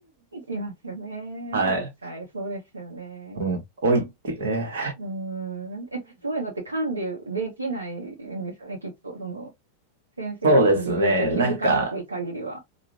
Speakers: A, on the right; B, on the right.
A: いますよね。
B: はい。
A: 絶対、そうですよね。
B: うん。おいっていうね。
A: うーん。え、そういうのって管理できないんですよね、きっと。その、先生が授業中気づかない限りは。
B: そうですね。なんか、